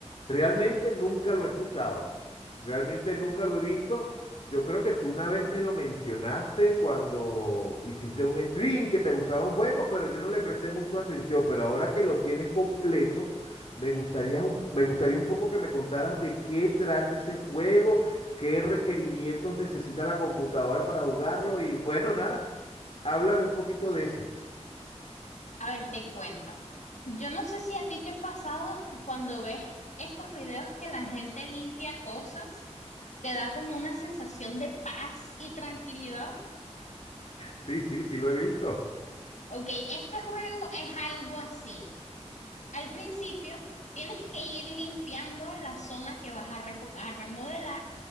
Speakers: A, on the left; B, on the left.
A: realmente nunca lo he escuchado, realmente nunca lo he visto. Yo creo que tú una vez me lo mencionaste cuando hiciste un stream que te gustaba un juego, pero yo no le presté mucho atención. Pero ahora que lo tienes completo, me gustaría un, me gustaría un poco que me contaras de qué trata ese juego, qué requerimientos necesita la computadora para jugarlo y bueno, nada, háblame un poquito de eso.
B: A ver, te cuento. Yo no sé si a ti te ha pasado que cuando ves estos videos que la gente limpia cosas, te da como una sensación de paz y tranquilidad.
A: Sí, sí, sí lo he visto.
B: Ok, este juego es algo así. Al principio tienes que ir limpiando la zona que vas a, reco- a remodelar